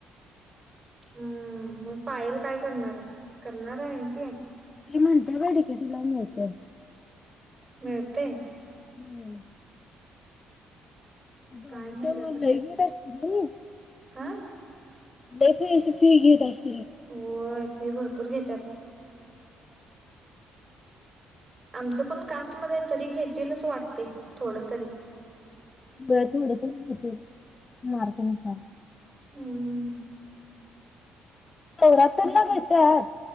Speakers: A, on the right; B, on the left.
A: हम्म, मग पायल काय करणार आहे? करणार आहे एम सी ए?
B: ती म्हणते बाई डी के टी मिळतय.
A: मिळतय.
B: हम्म. <unintelligible>
A: काय माहित हां?
B: लय <unintelligible> फी घेत आहे.
A: होय फी भरपूर घेतात. आमचं पण कास्टमध्ये तरी घेतील असं वाटते थोडं तरी.
B: व्हय थोडं तरी घेत्याल मार्कांनुसार.
A: हम्म, हम्म, हम्म.
B: चौऱ्याहत्तरला घेत्यात.